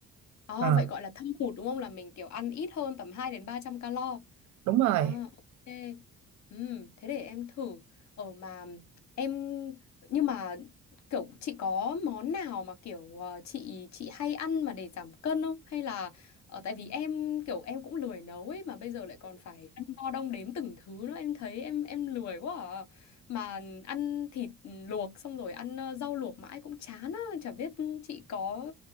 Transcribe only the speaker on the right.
Ờ,
đúng rồi.